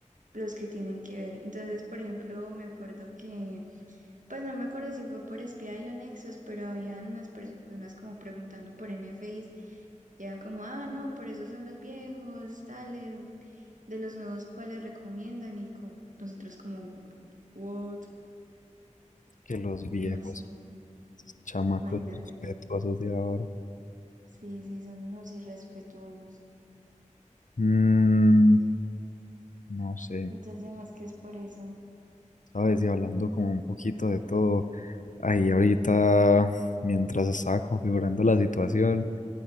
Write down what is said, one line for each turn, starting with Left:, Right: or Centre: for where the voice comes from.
Right: los que tienen que ver. Entonces, por ejemplo, me acuerdo que, pues no me acuerdo si fue por SPI o Nexus, pero habían unas personas como preguntando por N NFIs y era como, ah, no, por eso son los viejos, tales, de los nuevos cuáles recomiendan y como nosotros como, what,
Left: que los viejos,
Right: como así,
Left: esos chamacos
Right: imagínate tú.
Left: respetuosos de ahora.
Right: Sí, sí, son unos irrespetuosos.
Left: Mm, no sé,
Right: Entonces, más que es por eso,
Left: sabes, y hablando como un poquito de todo, ahí ahorita, mientras estaba configurando la situación,